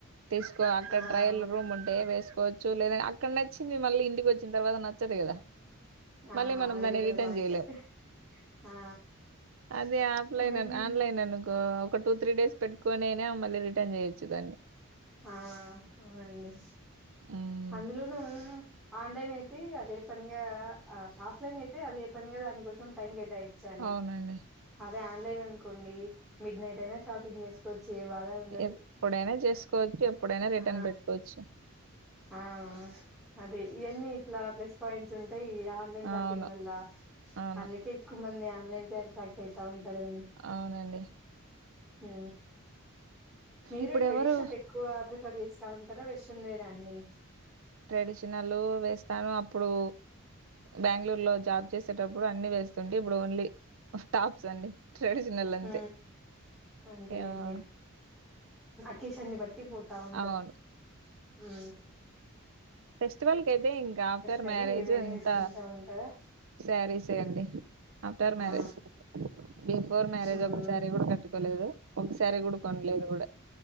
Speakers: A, on the right; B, in the centre.
A: తీసుకో అక్కడ
B: ఆ
A: ట్రయల్ రూమ్ ఉంటే వేసుకో చ్చు లేదా అక్కన్నే నచ్చింది మళ్ళీ ఇంటికి వచ్చిన తర్వాత నచ్చదు కదా
B: ఆ
A: మళ్ళీ మనం
B: అది
A: దాన్ని
B: కూడా
A: రిటర్న్
B: బాగుంటాయి
A: చేయలేం
B: ఆ
A: అదే ఆఫ్ఫ్లిన్
B: మళ్ళీ
A: అన్ ఆన్లైన్ అనుకో ఒక టూ త్రీ డేస్ పెట్టుకొనైనా మళ్ళి రి టన్ చేయ్యొచ్చు దాన్ని
B: ఆ అవునండి
A: హ్మ్.
B: అందులోను ఆన్లైన్ అయితే అదే పనిగా ఆఫ్ఫ్లిన్ అయితే పనిగా దానికోసం టైం కేట్ టాఇంచాలి
A: అవునండి
B: అదే ఆన్లైన్ అనుకోండి మిడ్ నైట్ అయినా షాపింగ్ చేసుకోవ చ్చు ఏ బాధ ఉండదు
A: ఎప్పుడైనా చేసుకోవచ్చు ఎప్పుడైనా రిటర్న్
B: ఆ
A: పెట్టుకోవచ్చు
B: ఆ ఆ ఆ అదే అన్ని ఇట్లా ప్లస్ పాయింట్స్ ఈ ఆన్లైన్ షాపింగ్
A: అవును
B: వల్ల
A: అవును
B: అందుకే ఎక్కువమంది ఫ్యాక్టరీస్ కాగుంటరడి
A: అవునండి
B: హు మీరు
A: ఇప్పుడు
B: ట్రై
A: ఎవరు
B: ఎక్కువ మీరు ఇంట్లో ఉంటారా వెస్ట్రన్ వేరండి
A: ట్రెడిషనలు వెస్ట్ తను అప్పుడు బెంగళూరు లో జాబ్ చేసేటప్పుడు అన్ని వేస్ డి ఇప్పుడు ఓన్లీ టాప్స్ అండి ట్రెడిషనల్ అంతే
B: హ అంతలేండి
A: యాహ్!
B: అకేషన్ బట్టి పోతా ఉండవు
A: అవును
B: ఉ
A: ఫెస్టివల్ కి అయితే ఇంకా ఆఫ్టర్
B: కానీ
A: మ్యారేజ్
B: ఏదైనా
A: ఎంత
B: వేసుకుంటా ఉంటారా
A: సారీ సేయండి ఆఫ్టర్ మ్యారేజ్
B: ఆ
A: బిఫోర్ మ్యారేజ్
B: మ్మ్.
A: ఒకసారి కూడా కట్టుకోలేదు ఒకసారి కూడా కొనలేదు కూడా